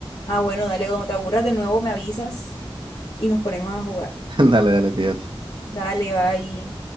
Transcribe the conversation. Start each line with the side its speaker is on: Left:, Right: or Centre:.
Left: Ah, bueno, dale, cuando te aburras de nuevo me avisas y nos ponemos a jugar.
Right: <laughs> Dale, dale, cuídate.
Left: Dale, bye.